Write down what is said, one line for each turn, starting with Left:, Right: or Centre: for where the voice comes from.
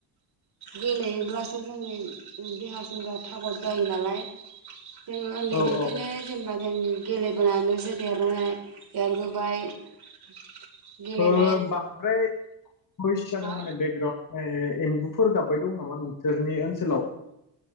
Right: गेलेयोब्लासो जोंनि देहा सोलेरा थागद जायो नालाय जोङो उन्दैनिफ्रायनो
Left: औ औ
Right: जेनेबा जायो जों गेलेबोनानैसो देरनानै देरबोबाय क्रि गेलेन
Left: ओ बांद्राय भइस जादों
Right: हा
Left: माने बेकग्राउन्ड ए एम्बुफोर गाबबाय दं नामा नोंसोरनि ओनसोलाव